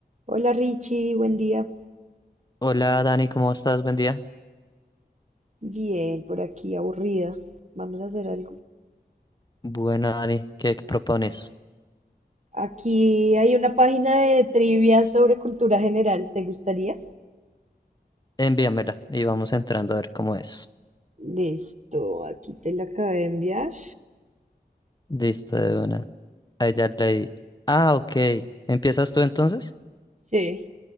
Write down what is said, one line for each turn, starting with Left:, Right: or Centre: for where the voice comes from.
Right: Hola Richie, buen día.
Left: Hola Dani, ¿cómo estás? Buen día.
Right: Bien, por aquí aburrida. Vamos a hacer algo.
Left: Bueno, Dani, ¿qué propones?
Right: Aquí hay una página de trivia sobre cultura general. ¿Te gustaría?
Left: Envíamela y vamos entrando a ver cómo es.
Right: Listo, aquí te la acabé de enviar.
Left: Listo, de una. Ahí ya leí. Ah, ok. ¿Empiezas tú entonces?
Right: Sí.